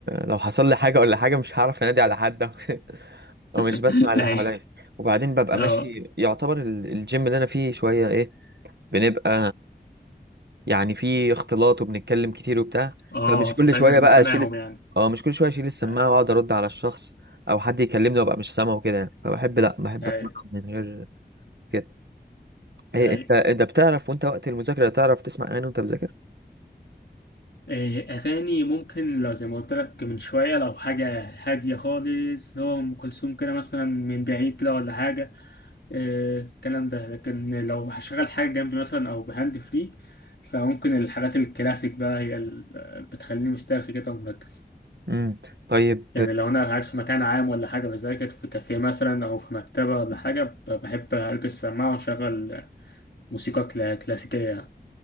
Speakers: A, on the right (about 75°); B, on the left (about 85°).
A: لو حصل لي حاجة ولا حاجة مش هعرف انادي على حد <laughs>
B: <laughs>
A: او مش بسمع اللي
B: اي
A: حواليا وبعدين ببقى
B: اه
A: ماشي يعتبر ال- الجيم اللي انا فيه شويه ايه بنبقى يعني فيه اختلاط وبنتكلم كتير وبتاع
B: اه
A: فمش
B: فلازم
A: كل شويه
B: تبقى
A: بقى
B: سامعهم
A: اشيل الس-
B: يعني
A: اه مش كل شويه اشيل السماعه
B: آه،
A: واقعد ارد على الشخص او حد يكلمني وابقى مش سامعه وكده يعني فبحب لا بحب
B: اي
A: اتمرن من غير كده إيه
B: اي
A: انت انت بتعرف وانت وقت المذاكره تعرف تسمع اغاني وانت بتذاكر
B: إيه، اغاني ممكن لو زي ما قلت لك من شويه لو حاجه هاديه خالص لو ام كلثوم كده مثلا من بعيد كده ولا حاجه إيه، الكلام ده لكن لو هشغل حاجه جنبي مثلا او بهاند فري فممكن الحاجات الكلاسيك بقى هي اللي بتخليني مسترخي كده ومركز
A: امم طيب
B: يعني لو أنا قاعد في مكان عام ولا حاجة بذاكر في كافيه مثلا أو في مكتبة ولا حاجة ب- بحب ألبس سماعة وأشغل موسيقى كلا- كلاسيكية يعني.